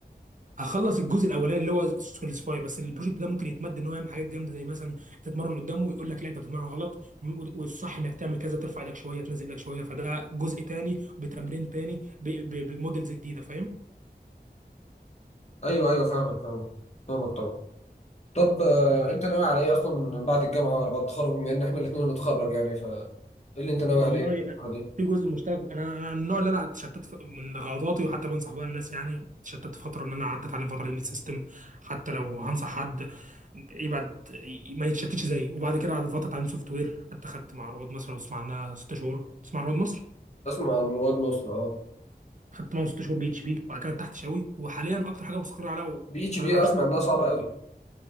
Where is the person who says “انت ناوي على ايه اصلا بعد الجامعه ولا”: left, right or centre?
Left